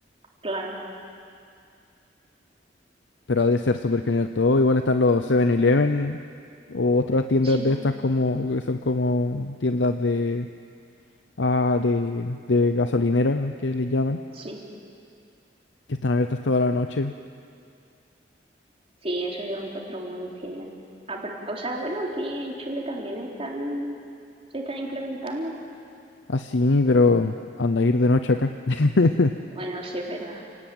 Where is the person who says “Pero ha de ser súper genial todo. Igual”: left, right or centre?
Left